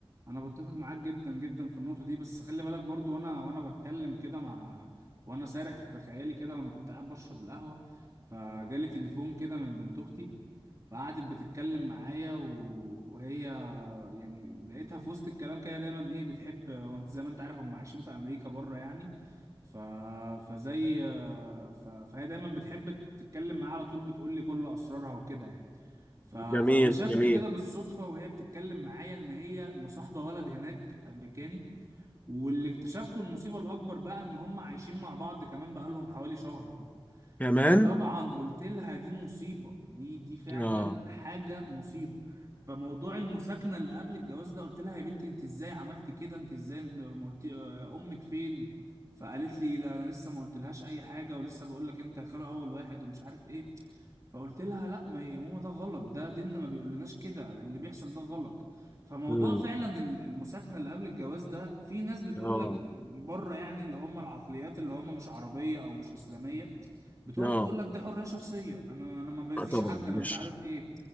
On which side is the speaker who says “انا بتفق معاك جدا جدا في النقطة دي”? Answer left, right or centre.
Right